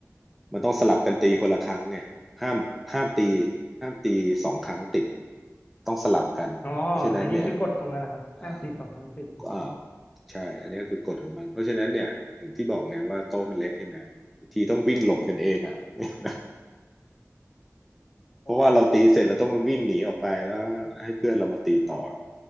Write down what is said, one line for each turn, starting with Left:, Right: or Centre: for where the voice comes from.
Centre: มันต้องสลับกันตีคนละครั้งไงห้ามห้ามตีห้ามตีสองครั้งติดต้องสลับกันเพราะฉะนั้นเนี่ย
Left: อ๋ออันนี้คือกฎของมันเหรอครับห้ามตีสองครั้งติด
Centre: อ่าอ่าใช่อันนี้คือกฎของมันเพราะฉะนั้นเนี่ยอย่างที่บอกไงว่าโต๊ะมันเล็กใช่ไหมบางทีต้องวิ่งหลบกันเองอ่ะ <laughs>
Left: โอเค
Centre: เพราะว่าเราตีเสร็จเราต้องวิ่งหนีออกไปแล้วให้เพื่อนเรามาตีต่อ